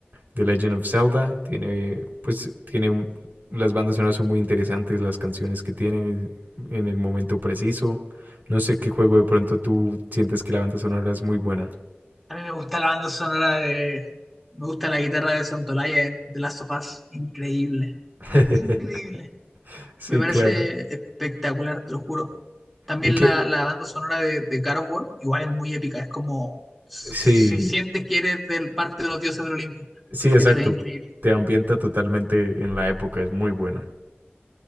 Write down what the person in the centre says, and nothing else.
a mí me gusta la banda sonora de... Me gusta la guitarra de Santolaya en The Last of Us, increíble,
increíble.
Me parece
espectacular, te lo juro. También
la, la banda sonora de, de God of War, igual es muy épica, es como si
si sientes que eres del parte de los dioses del Olimpo.
Eso es increíble.